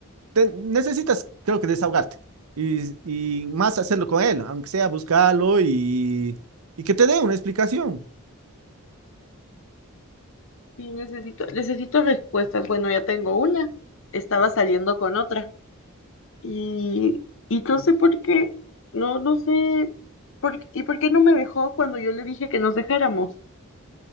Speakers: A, on the right; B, on the left.
A: te- necesitas, creo que, desahogarte y, y más hacerlo con él, aunque sea buscarlo y, y que te dé una explicación.
B: Sí, necesito, necesito respuestas. Bueno, ya tengo una. Estaba saliendo con otra. Y, y no sé por qué, no, no sé, por, ¿y por qué no me dejó cuando yo le dije que nos dejáramos?